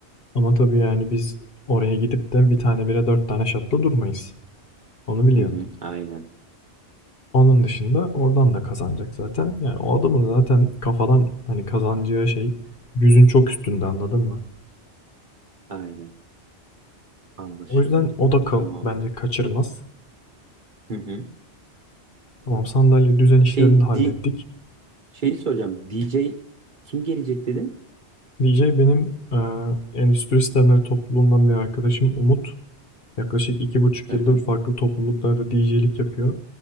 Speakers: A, on the left; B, on the right.
A: Ama tabii yani biz oraya gidip de bir tane bire dört tane şatla durmayız. Onu biliyorsun.
B: hı, hı. aynen,
A: Onun dışında oradan da kazanacak zaten. Yani o adamın zaten kafadan hani kazanacağı şey yüzün çok üstünde anladın mı?
B: aynen. Anlaşıldı.
A: O yüzden o da ka-
B: Tamamdır.
A: bence kaçırmaz.
B: Hı hı.
A: Tamam sandalye düzen işlerini
B: Şey,
A: de hallettik.
B: di, şeyi soracağım. DJ kim gelecek dedin?
A: DJ benim e, endüstri sistemleri topluluğundan bir arkadaşım Umut. Yaklaşık iki buçuk
B: Hı
A: yıldır
B: hı,
A: farklı topluluklarda DJ'lik yapıyor.